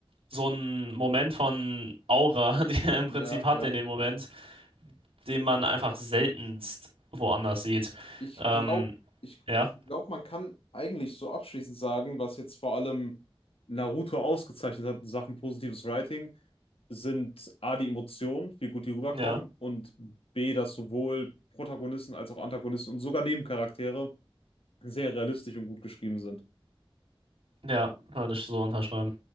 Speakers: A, on the right (about 80°); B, on the left (about 80°).
A: so ein Moment von Aura, <laughs> die er im Prinzip
B: Ja,
A: hat
B: ja.
A: in dem Moment, den man einfach seltenst woanders sieht.
B: Ich
A: Ähm,
B: glaube, ich
A: ja,
B: glaube, man kann eigentlich so abschließend sagen, was jetzt vor allem Naruto ausgezeichnet hat in Sachen positives Writing, sind A, die Emotionen, wie gut die rüberkommen,
A: ja,
B: und B, dass sowohl Protagonisten als auch Antagonisten und sogar Nebencharaktere sehr realistisch und gut geschrieben sind.
A: ja, würde ich so unterschreiben.